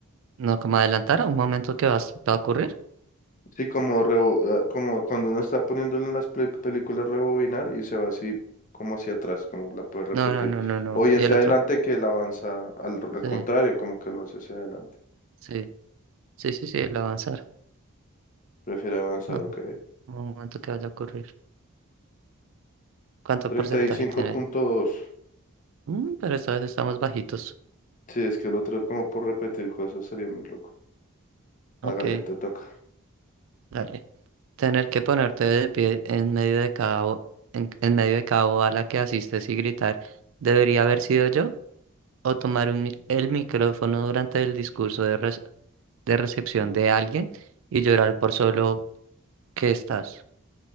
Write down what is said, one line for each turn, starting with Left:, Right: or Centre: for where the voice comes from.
Right: no, como adelantar a un momento que va, a s- va a ocurrir.
Left: Sí, como, rebo- ah, como cuando uno está poniéndole en las peli- películas rebobinar y se va así como hacia atrás, como la puede repetir.
Right: No, no, no, no, no.
Left: O ya
Right: Y
Left: hacia
Right: el otro,
Left: adelante que la avanza al, al
Right: sí,
Left: contrario, como que lo hace hacia adelante.
Right: sí, sí, sí, sí, el avanzar.
Left: Prefiere avanzar,
Right: Ah,
Left: ok.
Right: un momento que vaya a ocurrir. ¿Cuánto porcentaje
Left: 35.2.
Right: tiene? Mm, pero esta vez estamos bajitos.
Left: Sí, es que el otro es como por repetir cosas sería muy loco. Hágale,
Right: Ok,
Left: te toca.
Right: dale. Tener que ponerte de pie en medio de cada, bo- en, en medio de cada boda a la que asistes y gritar, ¿debería haber sido yo? O tomar un mi- el micrófono durante el discurso de, rece- de recepción de alguien y llorar por solo que estás.